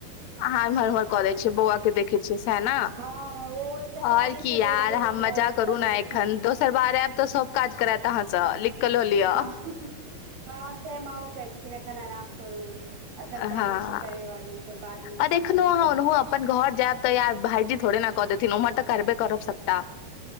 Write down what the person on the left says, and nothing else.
अहाँ एम्हर उम्हरऽ क दै छियै बौआ के देखै छियै सैह ने
और की
यार
अहां
मजा करू
ने एखन दोसर बार आयब तऽ सब काज करैत अहाँ से लिख के ल लिय।
हँ
आओर एखनो
अहाँ
ओनाहु अपन घर जाएब तऽ या भाइजी थोड़े ने कऽ देथिन उम्हर तऽ करबे करब सबटा